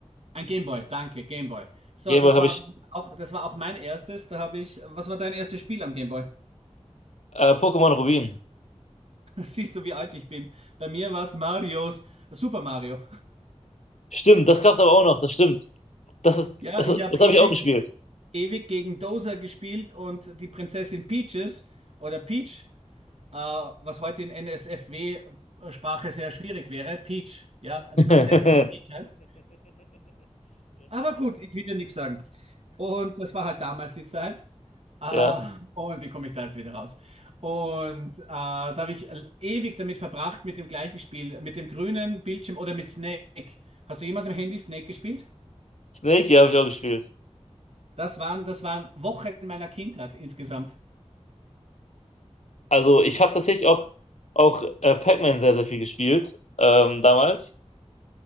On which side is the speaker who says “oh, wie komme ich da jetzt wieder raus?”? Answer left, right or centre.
Right